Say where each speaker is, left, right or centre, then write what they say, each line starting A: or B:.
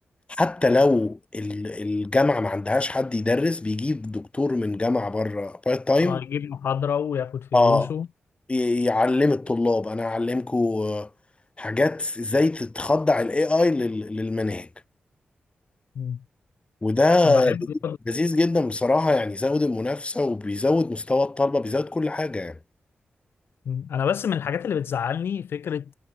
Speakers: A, on the left (about 30°); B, on the left (about 85°).
A: حتى لو ال- الجامعة ما عندهاش حد يدرس بيجيب دكتور من جامعة بره بارت تايم
B: اه يجيب محاضرة وياخد فلوسه
A: اه ي- يعلم الطلاب انا هعلمكم حاجات ازاي تتخضع الاي اي للمناهج
B: مم.
A: وده
B: انا بحب
A: لذيذ جدا بصراحة يعني يزود المنافسة وبيزود مستوى الطلبة بيزود كل حاجة يعني
B: مم. انا بس من الحاجات اللي بتزعلني فكره